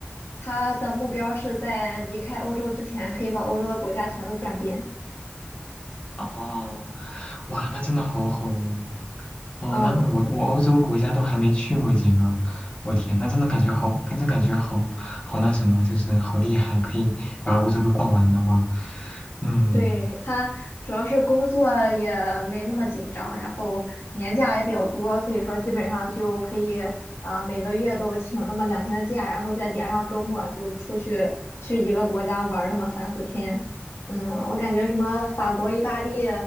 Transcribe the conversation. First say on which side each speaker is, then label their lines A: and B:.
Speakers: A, on the left; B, on the left.
A: 他的目标是在离开欧洲之前可以把欧洲的国家全都转遍。
B: 哦，哇，那真的好好哦。哦，
A: 嗯
B: 那那我我欧洲国家都还没去过几个，我天，那真的感觉好，跟着感觉好好那什么，就是好厉害，可以把欧洲都逛完的话，嗯，
A: 对，他主要是工作也没那么紧张，然后年假也比较多，所以说基本上就可以啊、每个月都请那么两天的假，然后再连上周末就出去去一个国家玩儿那么三四天。嗯，我感觉什么法国、意大利、